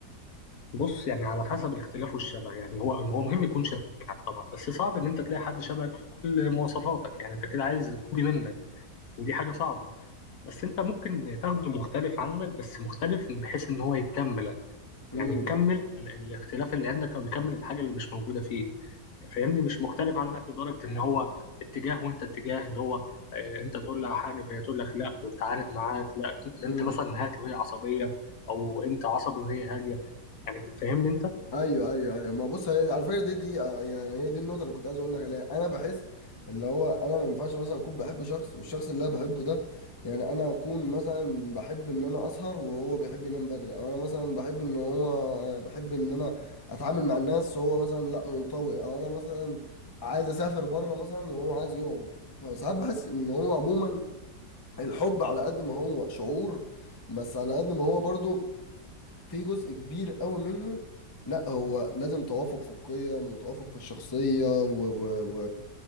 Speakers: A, on the left; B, on the left.
A: بص يعني على حسب الاختلاف والشبه يعني هو هو مهم يكون شبهك يعني طبعا بس صعب ان انت تلاقي حد شبهك في كل مواصفاتك يعني انت كده عايز كوبي منك ودي حاجة صعبة بس انت ممكن تاخده مختلف عنك بس مختلف بحيث ان هو يكملك
B: امم
A: يعني يكمل ال- الاختلاف اللي عندك او يكمل الحاجه اللي مش موجوده فيه فاهمني مش مختلف عنك لدرجه ان هو اتجاه وانت اتجاه اللي هو اه، انت تقول لها حاجه فهي تقول لك لا وتعارض معاك لا انت انت
B: امم
A: مثلا هادي وهي عصبيه او انت عصبي وهي هاديه يعني فاهمني انت
B: ايوه ايوه ايوه ما بص هي على فكره دي دي آه، يعني هي دي النقطه اللي كنت عايز اقول لك عليها انا بحس اللي هو انا ما ينفعش مثلا اكون بحب شخص والشخص اللي انا بحبه ده يعني انا اكون مثلا بحب ان انا اسهر وهو بيحب ينام بدري او انا مثلا بحب ان هو بحب ان انا اتعامل مع الناس وهو مثلا لا منطوي او انا مثلا عايز اسافر بره مثلا وهو عايز يقعد فساعات بحس ان هو عموما الحب على قد ما هو شعور بس على قد ما هو برضو في جزء كبير قوي منه لا هو لازم توافق في القيم وتوافق في الشخصية و و و